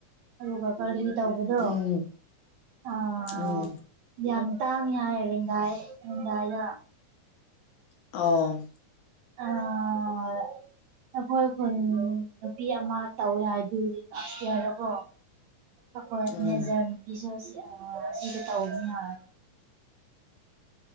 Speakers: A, on the right; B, on the left.
A: ꯑꯗꯨꯒ ꯀꯔꯂꯤ ꯇꯧꯕꯗꯣ
B: ꯎꯝ
A: ꯑꯥ
B: ꯎꯝ
A: ꯌꯥꯝ ꯇꯥꯡꯉꯤ ꯍꯥꯏ ꯔꯤꯝꯗꯥꯏ ꯔꯤꯝꯗꯥꯏ ꯗ
B: ꯑꯣ
A: ꯑꯥ ꯑꯩꯈꯣꯏ ꯈꯨꯟ ꯅꯨꯄꯤ ꯑꯃ ꯇꯧꯋꯦ ꯍꯥꯏ ꯕꯤꯜꯗꯤꯡ ꯑꯞꯁꯇ꯭ꯌꯔ ꯗꯀꯣ ꯑꯈꯣꯏ
B: ꯎꯝ
A: ꯃꯦꯖꯔ ꯅꯨꯄꯤꯁꯨ ꯁꯤꯑ ꯁꯤꯗ ꯇꯧꯕꯅꯤ ꯍꯥꯏ